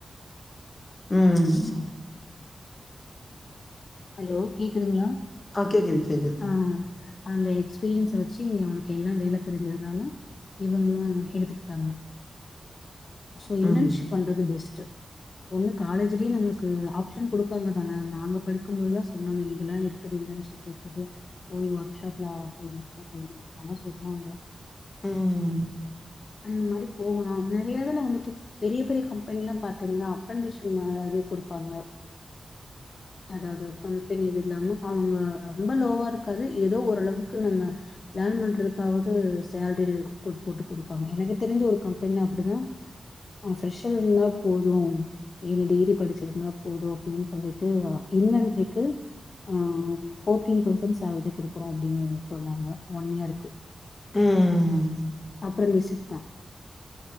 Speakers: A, on the left (about 30°); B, on the left (about 50°).
A: ம்
B: ஓ ஹலோ கேக்குதுங்ளா
A: ஆ கேக்குது கேக்குது
B: ஆ அந்த எக்ஸ்பீரியன்ஸ வச்சு இங்க அவனுக்கு எல்லா வேல தெரிஞ்சத்துனால இவுங்ளும் எடுத்துக்கிட்டாங்க சோ இன்டர்ன்ஷிப்
A: ம்
B: பண்றது பெஸ்ட் ஒன்னு காலேஜ்லியே நம்ளுக்கு ஆப்ஷன் கொடுப்பாங்க தான நாங்க படிக்கும்போதுதா சொன்னாங்க இங்கெல்லா இரு கது இன்டன்ஷிப்ல இருக்கது போய் ஒர்க்ஷாப்லா கலந்துகலா கலந்துகிட்டவங்கலா சொல்றாங்க
A: ம்
B: அந்த மாதிரி போகலாம் நிறையதுல வந்துட்டு பெரிய பெரிய கம்பென் ல்லாம் பாத்தீங்களா அப்பன்ட் டிஸ்சு மாத்ரி கொடுப்பாங்க அதாவது கம்பெனி இது இல்லாம அவுங்க ரொம்ப லோவா இருக்காது ஏதோ ஓரளவுக்கு நம்ம லேன் பண்றதுக்காவது சேல்ரி போட்டு கொடுப்பாங்க எனக்கு தெரிஞ்சி ஒரு கம்பெனில அப்படிதா அவன் ஃப்ரெஷ்ஷா இருந்தா போது ஏனி டிகிரி படிச்சிருந்தா போது அப்டின் சொல்லிட்டு இன்வென்ரிக்கு அ ஃபோர்டீன் தொவ்சண்ட் சேல்ரி கொடுக்குறோ அப்படின்னு சொன்னாங்க ஒன் இயருக்கு
A: ம்
B: அப்பரண்டிஷ்ஷிதா